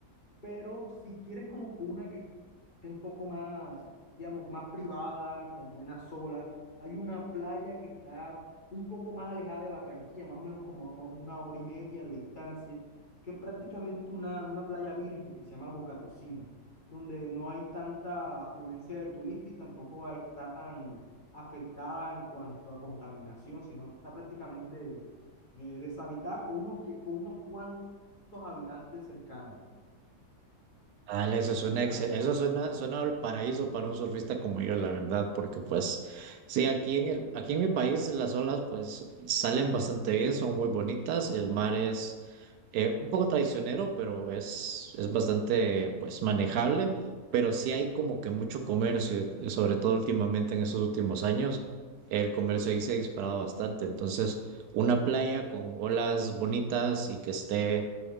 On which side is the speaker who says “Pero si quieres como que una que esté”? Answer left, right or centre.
Left